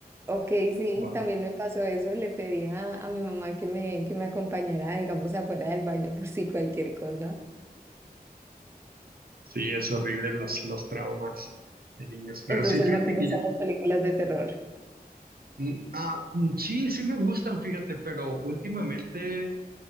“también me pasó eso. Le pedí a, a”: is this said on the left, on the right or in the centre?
Right